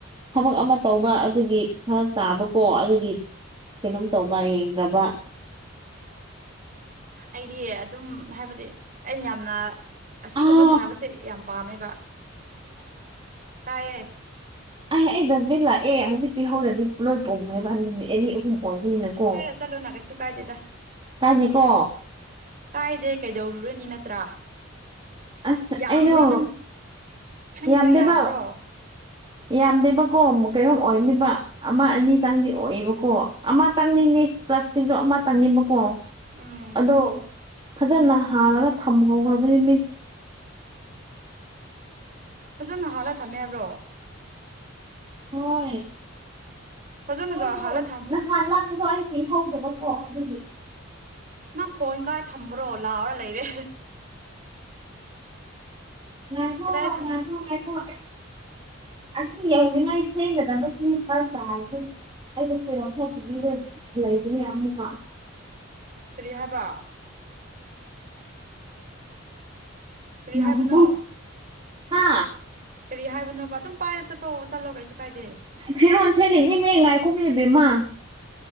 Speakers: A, on the right; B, on the right.
A: ꯊꯕꯛ ꯑꯃ ꯇꯧꯕ ꯑꯗꯨꯒꯤ ꯐꯔꯛ ꯇꯥꯕꯀꯣ ꯑꯗꯨꯒꯤ__ ꯀꯩꯅꯣꯝ ꯇꯧꯕ ꯌꯦꯡꯗ꯭ꯔꯕ꯫
B: ꯑꯩꯗꯤ ꯑꯗꯨꯝ ꯍꯥꯏꯕꯗꯤ ꯑꯩꯅ ꯌꯥꯝꯅ__ ꯑꯁꯤꯒꯨꯝꯕ
A: ꯑꯥ
B: ꯁꯥꯟꯅꯕꯁꯦ ꯌꯥꯝ ꯄꯥꯝꯃꯦꯕ, ꯇꯥꯏꯌꯦ꯫
A: ꯑꯦ ꯑꯩ ꯗꯁꯕꯤꯟ ꯂꯥꯛꯑꯦ ꯍꯧꯖꯤꯛ ꯄꯤꯍꯧꯔꯗꯤ ꯂꯣꯏ ꯄꯨꯕꯅꯦꯕ ꯅꯨꯃꯤꯠ ꯑꯅꯤ ꯑꯍꯨꯝ꯫ ꯑꯣꯏꯕꯤꯅꯀꯣ
B: ꯑꯗꯨꯝ ꯄꯥꯏꯔ ꯆꯠꯂꯣꯅ ꯀꯩꯁꯨ ꯀꯥꯏꯗꯦꯗ
A: ꯀꯥꯏꯗꯤꯀꯣ
B: ꯀꯥꯏꯗꯦ ꯀꯩꯗꯧꯔꯨꯔꯅꯤ ꯅꯠꯇ꯭ꯔꯥ
A: ꯑꯁ
B: ꯌꯥꯝꯕ꯭ꯔꯣ
A: ꯑꯩꯔꯣ
B: ꯅꯪ ꯅꯪꯒꯤꯗꯣ
A: ꯌꯥꯝꯗꯦꯕ
B: ꯌꯥꯝꯕ꯭ꯔꯣ
A: ꯌꯥꯝꯗꯦꯕꯀꯣ ꯃꯨꯛ ꯀꯩꯅꯣꯝ ꯑꯣꯏꯝꯅꯦꯕ ꯑꯃ ꯑꯅꯤ ꯇꯪꯗꯤ ꯑꯣꯏꯌꯦꯕꯀꯣ ꯑꯃ ꯇꯪꯅꯤꯡꯅꯦ ꯄ꯭ꯂꯥꯁꯇꯤꯛꯖꯨ ꯑꯃꯇꯪꯅꯤꯕꯀꯣ
B: ꯎꯝ
A: ꯑꯗꯣ ꯐꯖꯅ ꯍꯥꯟꯂꯒ ꯊꯝꯍꯧꯈ꯭ꯔꯕꯅꯤ ꯃꯤ
B: ꯐꯖꯅ ꯍꯥꯜꯂꯒ ꯊꯝꯃꯦ ꯍꯥꯏꯕ꯭ꯔꯣ
A: ꯍꯣꯏ
B: ꯐꯖꯅꯒ
A: ꯍꯣꯏꯗꯣ
B: ꯍꯥꯜꯂ ꯊꯝ
A: ꯅꯍꯥꯟ ꯂꯥꯛꯄꯗꯣ ꯑꯩ ꯄꯤꯍꯧꯗꯕꯀꯣ ꯑꯗꯨꯗꯤ
B: ꯅꯪ ꯐꯣꯟ ꯀꯥꯏ ꯊꯝꯕ꯭ꯔꯣ ꯂꯥꯎꯔ ꯂꯩꯔꯦ
A: ꯉꯥꯏꯈꯣ
B: ꯀꯗꯥꯏ ꯊꯝ
A: ꯉꯥꯏꯈꯣ ꯉꯥꯏꯈꯣ ꯑꯩꯁ ꯑꯁꯤ ꯌꯧꯅꯤꯡꯉꯥꯏ ꯆꯦꯟꯒꯗꯕꯁꯤ ꯇ ꯇꯥꯏꯍꯦ ꯑꯩꯩꯅ ꯐꯤꯔꯣꯡ ꯁꯦꯠꯇꯒꯤꯗ ꯂꯩꯕꯅꯦ ꯑꯃꯨꯛꯀ
B: ꯀꯔꯤ ꯍꯥꯏꯕ ꯀꯔꯤ
A: ꯉꯥꯏꯈꯣꯀꯣ
B: ꯍꯥꯏꯕꯅꯣ
A: ꯍꯥ
B: ꯀꯔꯤ ꯍꯥꯏꯕꯅꯣꯕ ꯑꯗꯨꯝ ꯄꯥꯏꯔ ꯆꯠꯄ ꯆꯠꯂꯣ ꯀꯩꯁꯨ ꯀꯥꯏꯗꯦ
A: ꯐꯤꯔꯣꯟꯁꯦꯂꯤꯅꯤꯃꯤ ꯉꯥꯏꯈꯣꯃꯤ ꯕꯦꯝꯃ